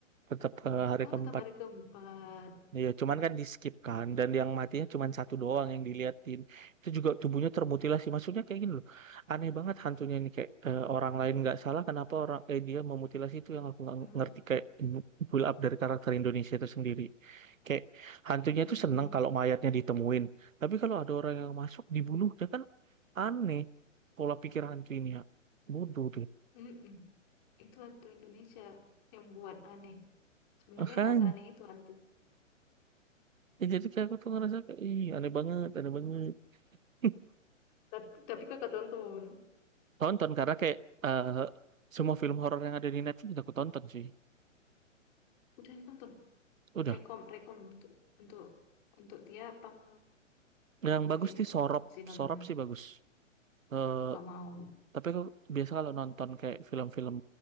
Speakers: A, on the right; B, on the left.
A: tetap ke hari
B: Oh,
A: keempat.
B: tetap hari keempat.
A: Ya, cuman kan di skip kan dan yang matinya cuman satu doang yang diliatin. Itu juga tubuhnya termutilasi. Maksudnya kayak gini loh. Aneh banget hantunya ini kayak eh, orang lain nggak salah kenapa orang eh dia memutilasi itu yang aku nggak
B: Hmm.
A: ngerti kayak pull up dari karakter Indonesia itu sendiri. Kayak hantunya
B: Hmm.
A: itu seneng kalau mayatnya ditemuin. Tapi kalau ada orang yang masuk dibunuh, dia kan aneh pola pikir hantu ini ya. Bodoh
B: Mm-mm. Itu hantu Indonesia yang buat aneh. Sebenarnya
A: deh.
B: nggak seaneh itu hantu.
A: Ya, jadi kayak aku tuh ngerasa kayak ih aneh banget, aneh banget. <laughs>
B: Tapi, tapi kakak tonton.
A: Tonton karena kayak eh, semua film horor yang ada di Netflix udah aku tonton sih.
B: Udah tonton.
A: Udah.
B: Rekom, rekom untuk untuk untuk dia pang.
A: Yang
B: Tapi
A: bagus
B: kayaknya
A: sih
B: dia
A: Sorop,
B: takut sih nontonnya.
A: Sorop sih bagus. Eh,
B: Nggak mau.
A: tapi aku biasa kalau nonton kayak film-film